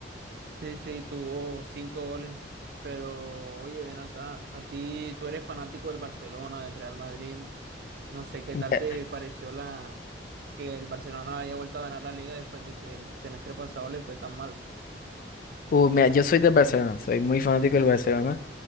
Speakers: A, on the right; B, on the left.
A: Sí, sí, tuvo cinco goles, pero oye, ven acá, a ti, tú eres fanático del Barcelona, del Real Madrid, no sé qué
B: Mira,
A: tal te pareció la que el Barcelona haya vuelto a ganar la liga después de que el semestre pasado le fue tan mal.
B: uh, mira, yo soy del Barcelona, soy muy fanático del Barcelona